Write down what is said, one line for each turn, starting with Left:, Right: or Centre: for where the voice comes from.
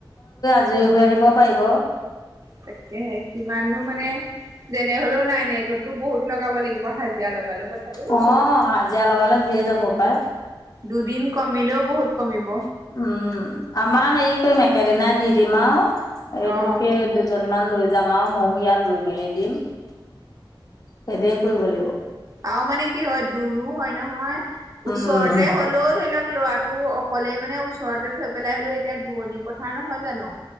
Left: আ জী হৈ আহিব পাৰিব।
Right: তাকেহে কিমানো মানে যেনে হলেও নাই নাইিকতো বহুত লগাব লাগিব হাজিৰা লগ কথাটো
Left: অ',
Right: কৈছো
Left: হাজিৰা লগালে ধেৰ যাব পাই।
Right: দুদিন কমিলেও বহুত কমিব
Left: উম আমাৰ হেৰি কৰিম একেদনা দি দিম আৰু এইটো
Right: অ
Left: সেই দুজনীমানান লৈ যাম আৰু ময়ো ইয়াত ৰুই মেলি দিম সেইদে কৰিব লাগিব
Right: আৰু মানে কি হয় দূৰো হয় নহয় ওচৰতে
Left: উম,
Right: হলেও ধৰি লওক ল'ৰাটো অকলেই মানে ওচৰতে থৈ পেলাই হলেোও এতিয়া দৰণি পথাৰ নহয় জানো